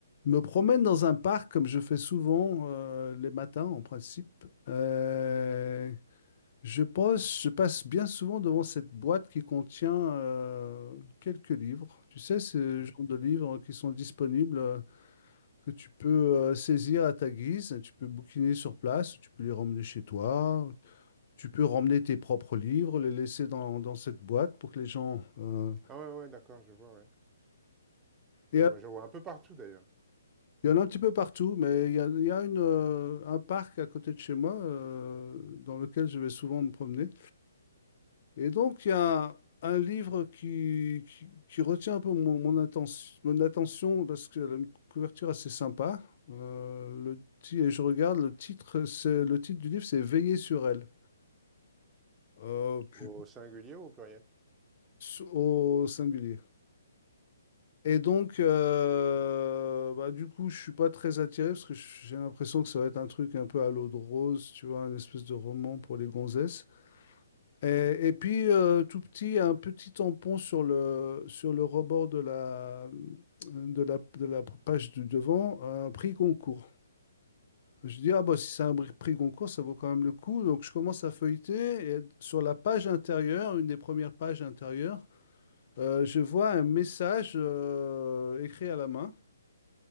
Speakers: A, on the left; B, on the right.
A: Je me promène dans un parc comme je fais souvent euh, les matins en principe. Euh, je passe, je passe bien souvent devant cette boîte qui contient euh, quelques livres. Tu sais, ce
B: Mmh.
A: genre de livres qui sont disponibles, euh, que tu peux euh, saisir à ta guise. Tu peux bouquiner sur place, tu peux les ramener chez toi, tu peux ramener tes propres livres, les laisser dans, dans cette boîte pour que les gens... euh,
B: Ah ouais, ouais, d'accord, je vois, ouais. Je,
A: et
B: vois je vois un peu partout d'ailleurs.
A: Il y en a un petit peu partout, mais il y a, il y a une, euh, un parc à côté de chez moi euh, dans lequel je vais souvent me promener. Et donc, il y a un livre qui, qui, qui retient un peu mon, mon, attention, mon attention parce qu'elle a une couverture assez sympa. Euh, le, ti- et je regarde le titre, c'est, le titre du livre, c'est Veiller sur elle, Euh, puis
B: Au singulier ou au pluriel?
A: au singulier. Et donc, euh, bah, du coup, je suis pas très attiré parce que j'ai l'impression que ça va être un truc un peu à l'eau de rose, tu vois, un espèce de roman pour les gonzesses. Et, et puis, euh, tout petit, un petit tampon sur le, sur le rebord de la, de la, de la page du devant, un prix Goncourt. Je dis, ah bah si c'est un bri- prix Goncourt, ça vaut quand même le coup. Donc je commence à feuilleter et sur la page intérieure, une des premières pages intérieures, euh, je vois un message euh, écrit à la main.